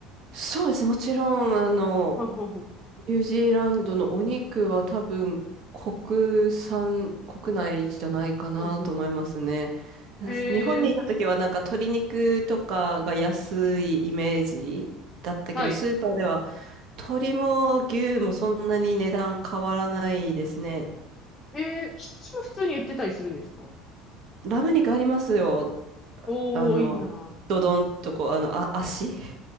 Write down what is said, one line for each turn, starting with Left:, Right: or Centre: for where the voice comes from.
Right: そうですねもちろん、あの、
Left: ふんふんふん。
Right: ニュージーランドのお肉は多分国産、国内じゃないかなと思いますね。
Left: ふんうん。へえ、
Right: 日本にいた時はなんか鶏肉とかが安いイメージだったけど、
Left: うん。はい。
Right: スーパーでは鶏も牛もそんなに値段変わらないですね。
Left: へえ、羊も普通に売ってたりするんですか
Right: ラム肉ありますよ。
Left: おー、
Right: あの、
Left: いいな。
Right: ドドンとこう、あの、あ、足